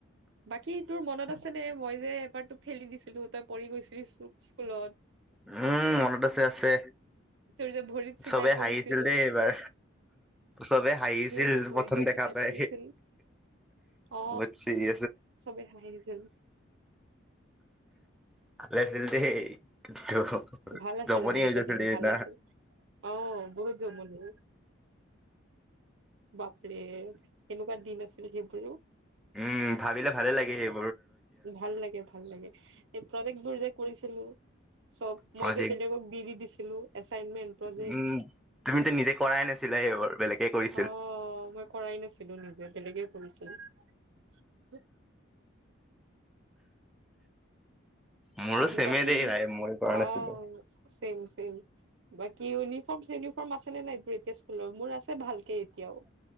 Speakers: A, on the right (about 65°); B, in the centre.
A: বাকী তোৰ মনত আছেনে? মই যে, এবাৰ তোক ঠেলি দিছিলোঁ তই পৰি গৈছিলি স্কু-স্কুলত
B: উম, মনত আছে, আছে
A: তোৰ যে ভৰিত চিলাই
B: চবে
A: পৰিছিল
B: হাঁহিছিল দেই এইবাৰ, চবে হাঁহিছিল,
A: তোৰ ভৰিত
B: প্ৰথম
A: যে
B: দেখা
A: চিলাই
B: পাই
A: পৰিছিল অ
B: বহুত <unintelligible>
A: চবে হাঁহিছিল।
B: <unintelligible> দেই কিন্তু
A: ভাল আছিল
B: জমনি
A: সেইকেইটা
B: হৈ গৈছিল
A: দিন
B: সেইদিনা
A: ভাল আছিল অঁ বহুত জমনি। বাপৰে এনেকুৱা দিন আছিল সেইবোৰও।
B: উম, ভাবিলে ভালে লাগে সেই
A: ভাল লাগে ভাল লাগে প্ৰজেক্টবোৰ যে কৰিছিলোঁ। চব
B: প্ৰজেক্ট
A: মই যে বেলেগক দি দি দিছি দিলোঁ, এচাইমেন্ট প্ৰজেক,
B: উম, তুমিতো নিজে কৰাই নাছিলা সেইবোৰ বেলেগে কৰিছিল।
A: অ মই কৰাই নাছিলো নিজে তেনেকে কৰিছিল। <inaudible>
B: মোৰো চেমে
A: বাকি
B: দেই ভাই মই কৰা নাছিলো।
A: অ' চেম। চেম বাকী ইউনিফৰ্ম-চিউনিফৰ্ম আছে নে নাই, ব্ৰেকে স্কুলৰ? মোৰ আছ ছে ভালকে এতিয়াও।